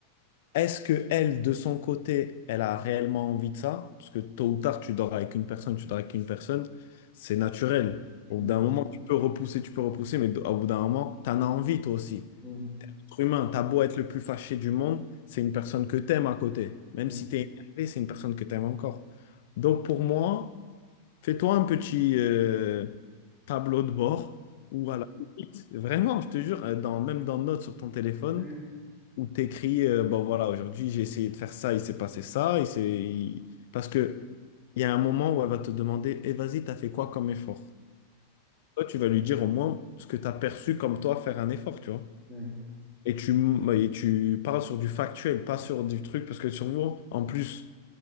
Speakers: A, on the left (about 55°); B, in the centre.
A: Est-ce que elle, de son côté, elle a réellement envie de ça? Parce que tôt ou tard, tu dors avec une personne, tu dors avec une personne, c'est naturel. Au
B: Hmm,
A: bout d'un moment, tu peux repousser, tu peux repousser, mais au bout d'un moment, tu en as envie toi aussi
B: hmm,
A: être humain, t'as beau être le plus fâché du monde, c'est une personne que t'aimes à côté. Même
B: hmm,
A: si t'es énervé, c'est une personne que t'aimes encore. Donc pour moi, fais-toi un petit euh, tableau de bord ou à la limite, vraiment, je te jure, euh, dans, même dans notes sur ton téléphone,
B: hmm,
A: où t'écris, euh, bon voilà, aujourd'hui j'ai essayé de faire ça, il s'est passé ça, il s'est... il- Parce que il y a un moment où elle va te demander, eh vas-y, t'as fait quoi comme effort? Toi, tu vas lui dire au moins ce que t'as perçu comme toi faire un effort, tu vois.
B: hmm,
A: Et tu, m- et tu parles sur du factuel, pas sur du truc, parce que souvent, en plus,